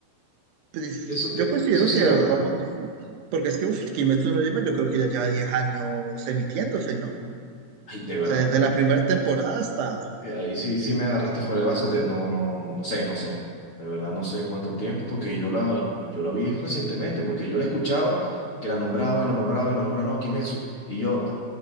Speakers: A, on the right; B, on the left.
A: Pues
B: Eso,
A: yo
B: eh,
A: considero
B: eso sí
A: que
B: es verdad.
A: vamos bien, porque es que uf, Kimetsu no lleva, yo creo que ya lleva 10 años emitiéndose, ¿no? O
B: Ay, de verdad.
A: sea, desde
B: de-
A: la primera
B: ay,
A: temporada
B: ay,
A: hasta...
B: sí, ahí sí, sí me agarraste fuera de base de, no, no, no sé, no sé. De verdad no sé cuánto tiempo, porque yo la, yo la vi recientemente, porque yo la escuchaba, que la nombraban y la nombraban y la nombraban, no, Kimetsu. Y yo,